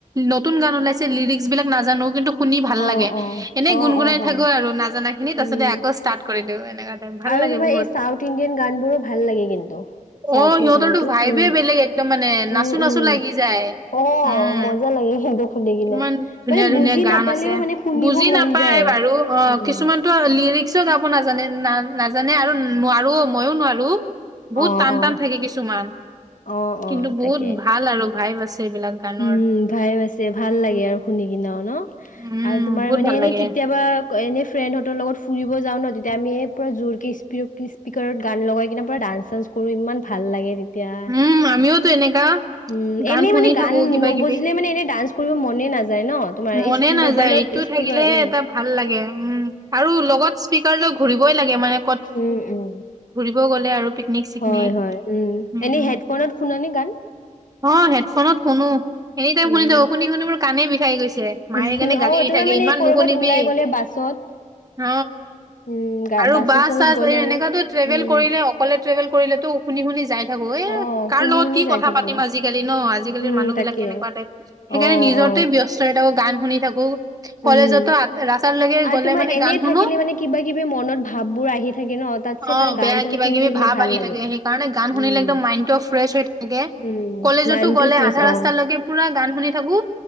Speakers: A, on the right; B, on the left.
A: নতুন গান ওলাইছে লিৰিক্স বিলাক নাজানো কিন্তু শুনি ভাল
B: অ অ
A: লাগে, এনেই
B: অ
A: গুণ গুনাই
B: অ হয়
A: থাকো আৰু নাজানা খিনি তাছতে
B: উম
A: আকৌ ষ্টাৰ্ট কৰি দিও এনেকা। টাইপ ভাল
B: আৰু
A: লাগে
B: তোমাৰ
A: বহুত
B: এই চাউথ ইণ্ডিয়ান গানবোৰো ভাল লাগে কিন্তু। চাউথৰ
A: অ সিহঁতৰতো
B: গানটো
A: ভাইবে
B: উম
A: বেলেগ একদম মানে নাচো
B: উম
A: নাচো
B: উম
A: লাগি যায়।
B: অ
A: উম
B: মজা লাগে কিন্তু শুনি কিনা
A: কিমান ধুনীয়া
B: মানে
A: ধুনীয়া
B: বুজি
A: গান
B: নাপালেও
A: আছে।
B: মানে শুনিব
A: বুজি
B: মন
A: নাপায়
B: যায় আৰু।
A: বাৰু অ
B: উম
A: কিছুমানতো লিৰিক্সও গাব নাজানে ন নাজানে আৰু নোৱাৰো মইও নোৱাৰো। বহুত
B: অ
A: টান
B: অ
A: টান থাকে কিছুমান
B: অ
A: কিন্তু
B: অ
A: বহুত
B: তাকে
A: ভাল আৰু। ভাইভ আছে এইবিলাক গানৰ।
B: উম ভাইে আছে ভাল লাগে
A: উম
B: আৰু শুনি কিনেও ন
A: উম
B: আৰু তোমাৰ
A: বহুত
B: মানে
A: ভাল
B: এনেই
A: লাগে
B: কেতিয়াবা এনেই ফ্ৰেণ্ডহঁতৰ লগত ফুৰিব যাও ন তেতিয়া আমি এই পূৰা জোৰকি স্প স্পকাৰত গান লগাই কিনে পুৰা ডান্স চানস কৰো ইমান ভাল লাগে। এতিয়া
A: উম আমিওতো এনেকা
B: উম
A: গান
B: এনেই
A: শুনি
B: মানে গান
A: থাকো কিবা
B: নুবুজিলে
A: কিবি
B: মানে এনে ডান্স কৰিব মনে নাযায় ন তোমাৰ
A: মনে নাযায়
B: মোবাইলত
A: এইটো
B: স্পিক
A: থাকিলেহে
B: উ
A: এটা ভাল উম আৰু লগত স্পকাৰ লই ঘুৰিবই লাগে মানে
B: উম উম
A: ফুৰিবগ'লে আৰু পিকনিক চিকনিক
B: হয় হয় উ
A: উম
B: এনেই হেডফোনত শুনানে গান
A: অ হেডফোনত শুনো এনি টাইম
B: উম
A: শুনি শুনি শুনি মোৰ কাণেই বিষাই গৈছে। মায়ে
B: উম
A: সেই কাৰণে গালি
B: অ
A: দি
B: তোমাৰ
A: থাকে
B: মানে
A: ইমান
B: কৰ'বাত
A: নুশুনিবি
B: ওলাই গ'লে বাছত
A: অ
B: উম গা
A: আৰু
B: বাছত
A: বাছ
B: চাছত
A: চাছ
B: গ'লে
A: এই
B: আৰু
A: এনেককাতো ট্ৰেভেল
B: উম
A: কৰিলে অকলে ট্ৰেভেল কৰিলে তো শুনি শুনি যাই থাকো এ
B: অ
A: কাৰ
B: শুনি
A: লগত
B: শুনি
A: কি
B: যাই
A: কথা
B: থাকো
A: পাতিম আজিকালি ন আজিকালিৰ
B: উম
A: মানুহ
B: তাকে
A: বিলাক কেনেকুৱা টাইপ সেইকাৰণে
B: অ
A: নিজৰতে
B: অ
A: ব্যস্ততা থাকো গান শুনি থাকো কলেজতো
B: উম
A: ৰাস্তালৈকে
B: আৰু
A: গ'লে
B: তোমাৰ
A: মানে
B: এনে
A: গান শুনো
B: থাকিলে মানে কিবা কিবি মনত ভাব বোৰ আহি থাকে ন তাতছে
A: অ
B: ভাল
A: বেয়া
B: গান চান
A: কিবা
B: শুনি
A: কিবি
B: থাকিলে
A: ভাৱ
B: ভাল
A: আহি
B: লাগে।
A: থাকে সেইকাৰণে গান শুনিলে
B: উম
A: একদম মাইণ্ডটো ফ্ৰেছ হৈ থাকে
B: উম
A: কলেজতো
B: মাইণ্ডটো
A: গ'লে
B: ফ্ৰেছ
A: আধা
B: অ
A: ৰাস্তালৈকে পুৰা গান শুনি থাকো